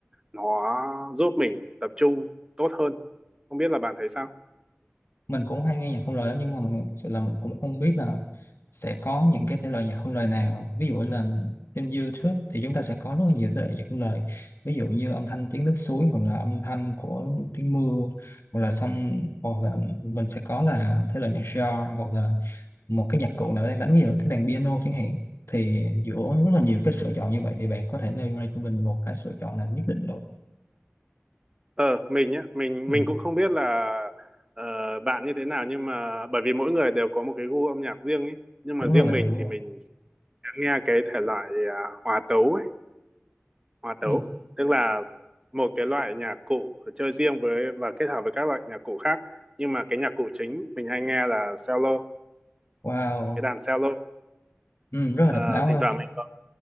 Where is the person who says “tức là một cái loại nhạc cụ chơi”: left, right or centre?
Right